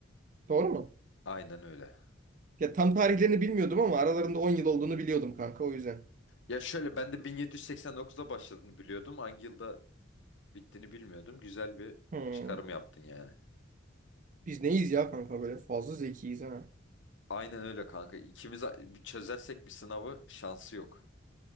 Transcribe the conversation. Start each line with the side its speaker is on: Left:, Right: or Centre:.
Right: Doğru mu?
Left: Aynen öyle.
Right: Ya tam tarihlerini bilmiyordum ama aralarında 10 yıl olduğunu biliyordum kanka o yüzden.
Left: Ya şöyle ben de 1789'da başladığını biliyordum. Hangi yılda bittiğini bilmiyordum. Güzel bir
Right: Hmm.
Left: çıkarım yaptın yani.
Right: Biz neyiz ya kanka böyle fazla zekiyiz ha.
Left: Aynen öyle kanka. İkimiz a- bir çözersek bir sınavı şansı yok.